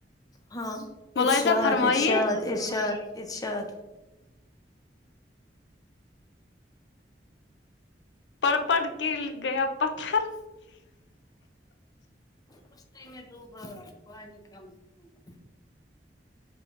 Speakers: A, on the left; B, on the left.
A: ہاں
B: ملازہ
A: ارشاد
B: فرمائیے
A: ارشاد ارشاد ارشاد
B: پر پڑ کےے گیا پتھر
A: کشتی میں ڈوبا پانی کم گا